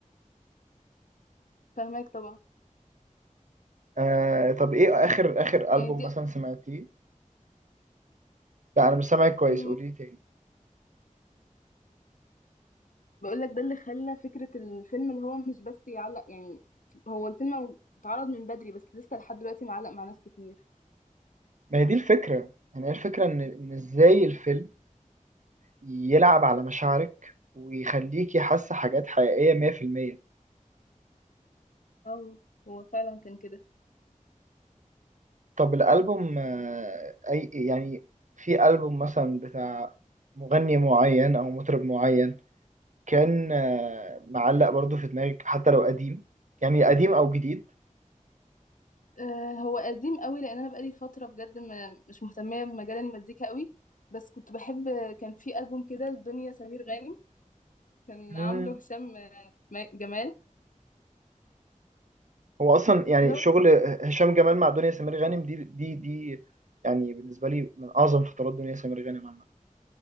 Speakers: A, on the left (about 75°); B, on the right (about 65°).
A: فاهمك طبعا
B: آه طب ايه اخر اخر البوم
A: يعني دي
B: مثلا سمعتيه لا انا مش سامعك كويس
A: مم.
B: قولي لي تاني
A: بقول لك ده اللي خلى فكرة الفيلم اللي هو مش بس يعلق يعني هو الفيلم اتعرض من بدري بس لسه لحد دلوقتي معلق مع ناس كتير
B: ما هي دي الفكره يعني هي الفكره ان ان ازاي الفيلم يلعب على مشاعرك ويخليكي حاسه حاجات حقيقيه 100%
A: اه هو فعلا كان كده
B: طب الألبوم آه، أي يعني في ألبوم مثلا بتاع مغني معين أو مطرب معين كان آه، معلق برضو في دماغك حتى لو قديم يعني قديم أو جديد
A: آه، هو قديم قوي لان انا بقالي فتره بجد ما- مش مهتمه بمجال المزيكا قوي بس كنت بحب كان في البوم كده لدنيا سمير غانم كان
B: مم.
A: عامله هشام آه، م- جمال
B: هو أصلا يعني
A: اللي هو
B: شغل هشام جمال مع دنيا سمير غانم دي دي دي يعني بالنسبة لي من أعظم فترات دنيا سمير غانم عامة